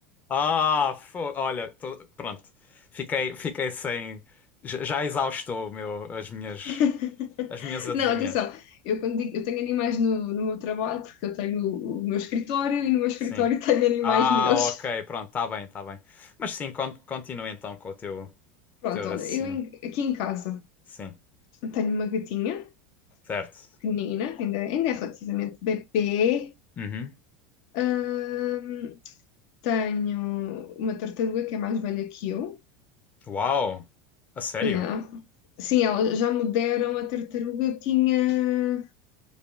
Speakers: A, on the left; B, on the left.
A: Ah, fo- olha, tô- pronto. Fiquei, fiquei sem. Já, já exaustou o meu, as minhas,
B: <laughs>
A: as minhas adivinhas.
B: Não, atenção, eu quando digo, eu tenho animais no, no meu trabalho, porque eu tenho o, o meu escritório e no meu escritório
A: Sim.
B: <laughs> tenho animais
A: Ah,
B: meus.
A: ok, pronto, tá bem, tá bem. Mas sim, con- continua então com o teu,
B: Pronto,
A: teu raciocínio.
B: olha, eu em- aqui em casa
A: Sim,
B: tenho uma gatinha
A: certo.
B: pequenina, ainda, ainda é relativamente bebê.
A: Uhum.
B: Ahm, tenho uma tartaruga que é mais velha que eu.
A: Uau, a sério?
B: Yeah. Sim, elas já me deram a tartaruga, eu tinha,